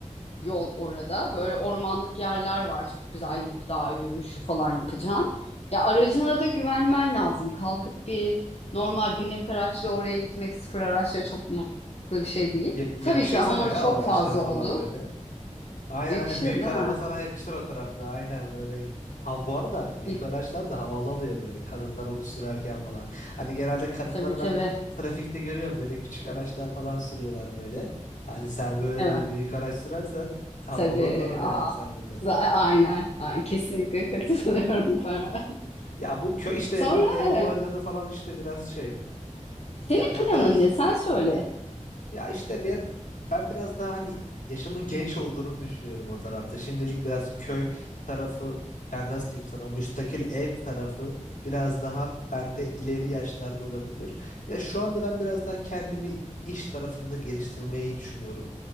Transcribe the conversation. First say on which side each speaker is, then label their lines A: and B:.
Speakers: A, on the left; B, on the left.
A: yol orada. Böyle ormanlık yerler var. Çok güzel gidip dağ yürüyüşü falan yapacaksın. Ya aracına da güvenmen lazım. Kalkıp bir normal binek araçla oraya gitmek sıfır araçla çok mantıklı bir şey değil.
B: Ya- yakışır
A: Tabii ki hamur
B: sana ya
A: çok
B: o araçlar
A: fazla
B: falan
A: oldu.
B: böyle. Aynen
A: Yakışır
B: aynen büyük
A: değil
B: araba
A: mi?
B: sana yakışır o tarafta. Aynen böyle. Ha bu arada büyük
A: İh,
B: araçlar da havalı oluyor böyle kadınlar onu sürerken falan. Hani genelde kadınları
A: Tabii tabii.
B: ben trafikte görüyorum böyle küçük araçlar falan sürüyorlar böyle. Hani sen böyle
A: Evet.
B: bir büyük araç sürersen havalı
A: Tabii.
B: durur
A: Aa,
B: yani sende de.
A: za- aynen. Aynen. Kesinlikle katılıyorum <laughs> Farah.
B: Ya bu köy işte
A: Sonra
B: bu ev olayları
A: e,
B: falan işte biraz şey.
A: senin
B: Ya ben
A: planın
B: biraz
A: ne? Sen söyle.
B: Ya işte ben ben biraz daha hani yaşımın <laughs> genç olduğunu düşünüyorum o tarafta. Şimdilik biraz köy tarafı yani nasıl diyeyim sana o müstakil ev tarafı biraz daha bende ileri yaşlarda olabilir. Ya şu anda ben biraz daha kendimi iş tarafında geliştirmeyi düşünüyorum.